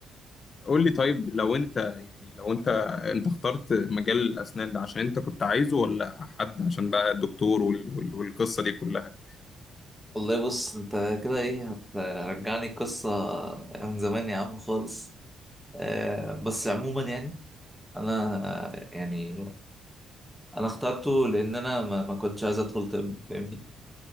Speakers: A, on the left (about 40°); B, in the centre.
A: قول لي طيب لو أنت يعني لو أنت أنت اخترت مجال الأسنان ده عشان أنت كنت عايزه ولا حد عشان بقى دكتور وال... وال... والقصة دي كلها
B: والله بص انت كده ايه هترجعني القصه من زمان يا عم خالص آه، بس عموما يعني انا آه، يعني انا اخترته لان انا ما, ما كنتش عايز ادخل طب فاهمني